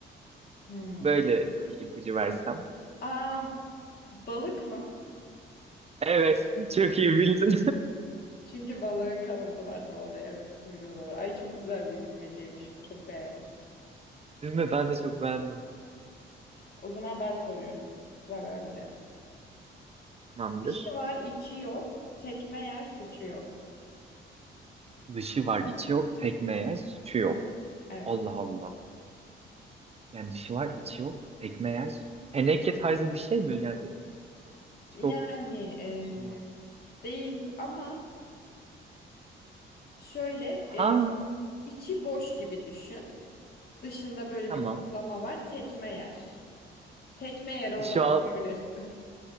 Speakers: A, on the left; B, on the right.
A: Hmm.
B: Böyle bir ipucu versem.
A: Aa, balık mı?
B: Evet. <laughs> Çok iyi bildin.
A: Çünkü balığın kanadı var doğru. Evet kuyruğu da var. Ay çok güzel bir bilmeceymiş. Bu çok beğendim.
B: <laughs> Değil mi? Ben de çok beğendim.
A: O zaman ben soruyorum. Sıra bende.
B: Tamamdır.
A: Dışı var, içi yok. Tekme yer, suçu yok.
B: Dışı var, içi yok. Tekme yer, suçu yok.
A: Evet.
B: Allah Allah. Yani dışı var, içi yok. Ekmeği yer. Teneke tarzı bir şey mi? Yani çok
A: Yani eee,
B: saçma.
A: değil ama şöyle
B: Ha,
A: eee, içi boş gibi düşün. Dışında böyle
B: tamam.
A: bir kaplama var. Tekme yer. Tekme yere odaklanabilirsin.
B: Şu an
A: <laughs>